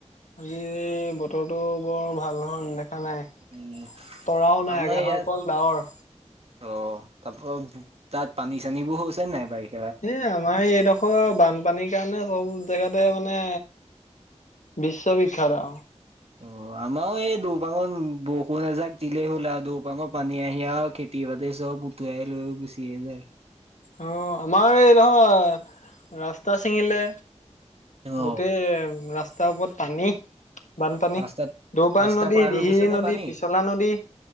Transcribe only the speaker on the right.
উম
আমাৰ
ইয়াত
অ', তাত পানী চানীবোৰ হৈছে নাই বাৰিত
অ', মাৰো এই দৌপাঙত বৰষুণ এজাক দিলেই হ'ল আৰু দৌপাঙৰ পানী আহি আৰু খেতি তিবাতে চব উতুৱাই লৈ গুচিয়ে যায়
অ
ৰাস্তাত
ৰাস্তা
পাৰ হৈ
গৈছে নে
পানী?